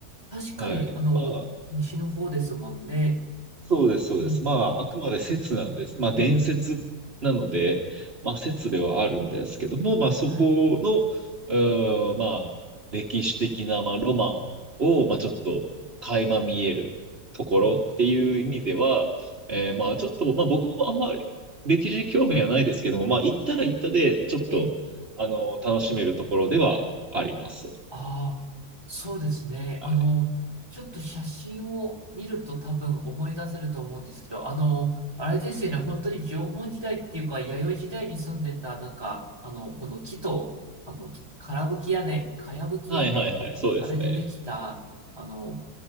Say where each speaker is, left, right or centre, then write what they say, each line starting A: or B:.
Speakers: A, on the right; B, on the right.
A: 確かに、
B: はい。
A: あの、
B: まあ、
A: 西の方ですもんね。
B: そうです、そうです。
A: うん、
B: まあ、あくまで説なんです。まあ、
A: うん、
B: 伝説なので、まあ、説ではあるんですけども、まあ、そこの、
A: はい。
B: うーんまあ、歴史的な、まあ、ロマンを、まあ、ちょっと、垣間見えるところっていう意味では、
A: うん、
B: えーまあ、ちょっと、まあ、僕もあんまり歴史興味はないですけども、まあ、行ったら行ったで、ちょっと、
A: ええ
B: あの、楽しめるところではあります。
A: ああ、そうですね。
B: はい、
A: あの、ちょっと写真を見ると多分思い出せると思うんですけど、あの、あれですよね、本当に縄文時代っていうか、弥生時代に住んでた、なんか、あの、この木と、あの、からぶき屋根、かやぶき屋根っていう、
B: はい、はい、はい、そうですね。
A: あれでできた、あの、